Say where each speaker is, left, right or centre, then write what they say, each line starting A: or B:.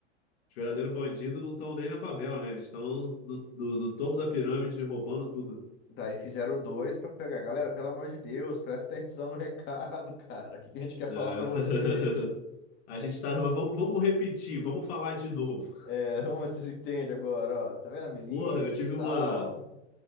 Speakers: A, on the left; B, on the left.
A: os verdadeiros bandidos não estão nem na favela, né? Eles estão no, no- no topo da pirâmide roubando tudo.
B: Daí fizeram o dois pra pegar. Galera, pelo amor de Deus, presta atenção no <laughs> recado, cara. O que a gente quer
A: É.
B: falar pra você?
A: <laughs> A gente tá. mas Vamos, vamos repetir, vamos falar de novo.
B: É, vamos ver se vocês entendem agora, ó. Tá vendo a milícia,
A: Porra, eu tive
B: e tal?
A: uma.